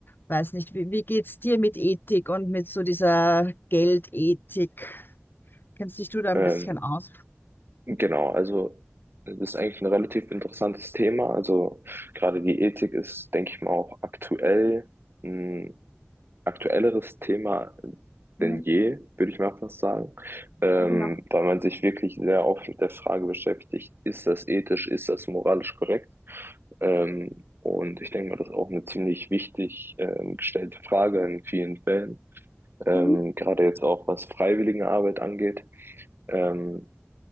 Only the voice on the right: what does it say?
Ähm,
Genau, also das ist eigentlich ein relativ interessantes Thema. Also gerade die Ethik ist, denke ich mal, auch aktuell ein aktuelleres Thema
denn je, würde ich mal fast sagen. Ähm,
da man sich wirklich sehr oft mit der Frage beschäftigt, ist das ethisch, ist das moralisch korrekt? Ähm, und ich denke mal, das ist auch eine ziemlich wichtig ähm, gestellte Frage in vielen Fällen, ähm,
gerade jetzt auch was Freiwilligenarbeit angeht. Ähm,